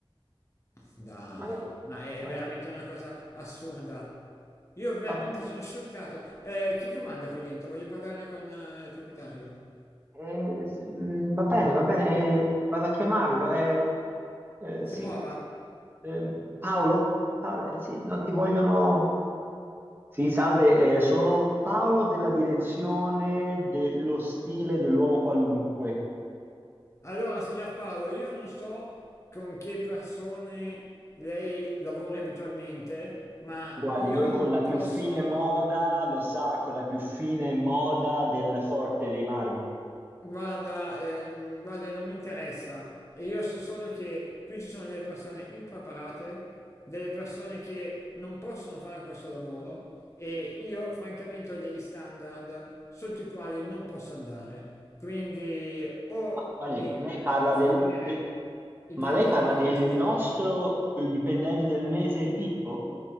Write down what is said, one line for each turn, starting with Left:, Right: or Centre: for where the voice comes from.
Left: Dai,
Right: Ma io...
Left: ma è,
Right: ma-
Left: è veramente una cosa assurda. Io veramente
Right: vabbè,
Left: sono scioccato. Eh, chi comanda qui dentro? Voglio parlare con eh, il proprietario.
Right: eh, s- mm, va bene, va bene, eh, vado a chiamarlo. eh, eh, sì,
Left: Si muova.
Right: sì. Ehm, Paolo? Paolo, eh, sì, no, ti vogliono... Sì, salve, eh, sono Paolo della direzione dello stile dell'uomo qualunque.
Left: Allora, signor Paolo, io non so con che persone lei lavori abitualmente, ma
Right: Guardi,
Left: io
Right: noi con
Left: non
Right: la più
Left: posso
Right: fine moda, lo sa, con la più fine moda del Forte dei Marmi.
Left: Guarda, ehm, guarda, non mi interessa. E io so solo che qui ci sono delle persone impreparate, delle persone che non possono fare questo lavoro e io francamente ho degli standard sotto i quali non posso andare. Quindi o
Right: Ma guardi,
Left: mi
Right: lei
Left: eh,
Right: parla
Left: fa
Right: del,
Left: avere
Right: del-
Left: i pantaloni
Right: ma lei parla del
Left: che io sto cercando.
Right: nostro eh, dipendente del mese Pippo?